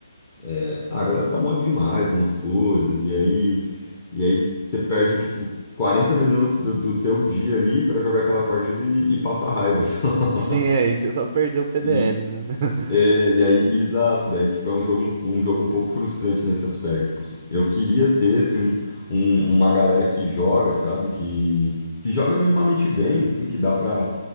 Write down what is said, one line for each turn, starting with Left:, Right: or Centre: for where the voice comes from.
Left: É, ah, a galera dá mole demais, umas coisas, e aí, e aí você perde, tipo, 40 minutos do, do teu dia ali pra jogar aquela partida e, e passa raiva só. <laughs>
Right: Sim, é, e você só perdeu o PDL,
Left: E,
Right: né? <laughs>
Left: é, e aí, e exato, daí, tipo, é um jogo, um jogo um pouco frustrante nesse aspecto. Tipo, se- eu queria ter, assim, um, um- uma galera que joga, sabe, que, que joga minimamente bem, assim, que dá pra...